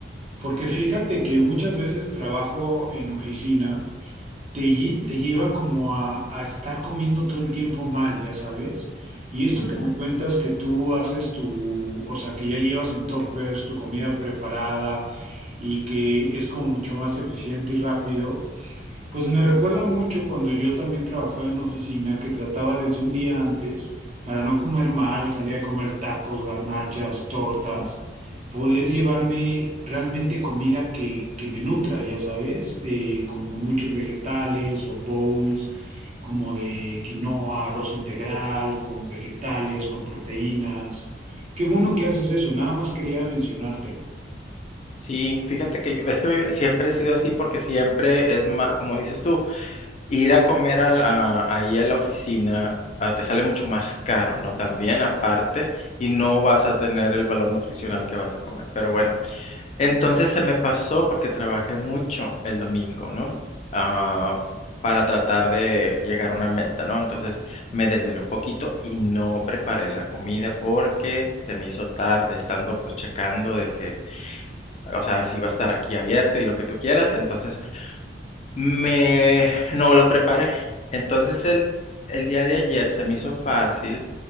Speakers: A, on the right (about 40°); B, on the left (about 40°).
A: porque fíjate que muchas veces trabajo en oficina. te, lle- te lleva como a, a estar comiendo todo el tiempo mal, ya sabes. Y esto
B: ujú,
A: que me cuentas que tú haces tu, o sea, que ya llevas en toppers tu comida preparada y que es como mucho más eficiente y rápido, pues me recuerda mucho cuando yo también trabajaba en oficina, que trataba desde un día antes, para no comer mal, salía a comer tacos, garnachas, tortas,
B: ujú.
A: poder llevarme realmente comida que, que me nutra, ya sabes, eh, como muchos vegetales o bowls, como de quinoa, arroz integral, con vegetales, con proteínas. Qué bueno que haces eso, nada más quería mencionártelo.
B: Sí, fíjate que yo, es que siempre he sido así porque siempre es más, como dices tú, ir a comer al- a- ahí a la oficina ah, te sale mucho más caro, ¿no? También aparte, y no vas a tener el valor nutricional que vas a comer. Pero bueno, entonces se me pasó porque trabajé mucho el domingo, ¿no? Ah, para tratar de llegar a una meta, ¿no? Entonces me desvelé un poquito y no preparé la comida porque se me hizo tarde estando pues checando de que o sea, si va a estar aquí abierto y lo que tú quieras, entonces me no lo preparé. Entonces el, el día de ayer se me hizo fácil